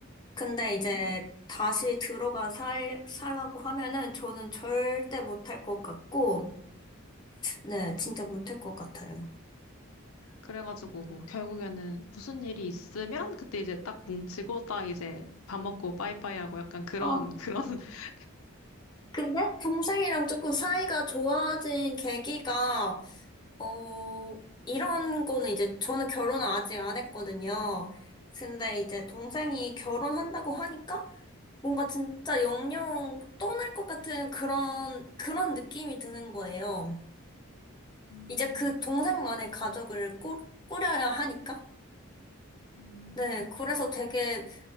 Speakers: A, on the left (about 20°); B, on the left (about 80°).
A: 근데 이제
B: 음,
A: 다시 들어가 살, 살라고 하면은 저는 절대 못할 것 같고, 네, 진짜 못할 것 같아요.
B: 그래가지고 뭐 결국에는 무슨 일이 있으면 그때 이제 딱 뭉치고 딱 이제 밥 먹고 빠이빠이 하고 약간 그런,
A: 어,
B: 그런, <laughs>
A: 근데 동생이랑 조금 사이가 좋아진 계기가, 어, 이런 거는 이제 저는 결혼을 아직 안 했거든요. 근데 이제 동생이 결혼한다고 하니까 뭔가 진짜 영영 떠날 것 같은 그런, 그런 느낌이 드는 거예요.
B: 음.
A: 이제 그 동생만의 가족을 꾸, 꾸려야 하니까.
B: 음.
A: 네, 그래서 되게